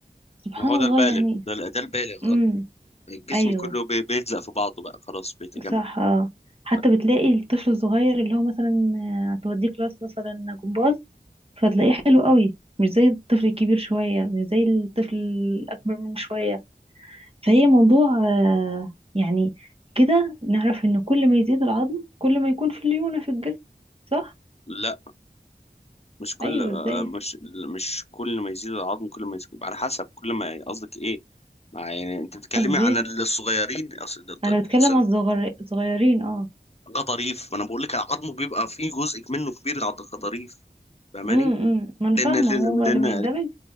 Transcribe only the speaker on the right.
سبحان
الله
يعني
امم
ايوه
صح اه حتى
بتلاقي الطفل الصغير اللي هو مثلا آه، هتوديه كلاس مثلا جمباز فتلاقيه حلو قوي مش زي الطفل الكبير شوية مش زي الطفل الأكبر منه شوية فهي موضوع آه، يعني كده نعرف إن كل ما يزيد العظم كل ما يكون في ليونة في الجسم صح؟
أيوه
ازاي
قصدي
أنا
بتكلم على الصغير- الصغيرين اه
امم إمم. ما أنا
فاهمة
هو بقى
لما يندمج